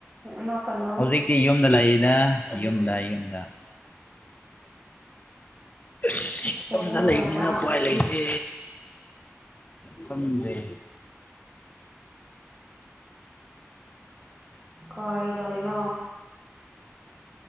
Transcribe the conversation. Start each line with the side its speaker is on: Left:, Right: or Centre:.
Right: ꯅꯣꯛꯀꯅꯨ
Left: ꯍꯧꯖꯤꯛꯇꯤ ꯌꯨꯝꯗ ꯂꯥꯛꯏꯅ ꯌꯨꯝꯗ ꯌꯨꯝꯗ ꯁꯤꯗ
Right: ꯀꯩꯅꯣ
Left: ꯂꯩꯕꯅꯤꯅ
Right: ꯌꯥꯝ ꯂꯥꯡꯉꯦ
Left: ꯎꯄꯥꯏ ꯂꯩꯇꯦ ꯐꯖꯦ
Right: ꯀꯗꯧꯔꯤꯅꯣ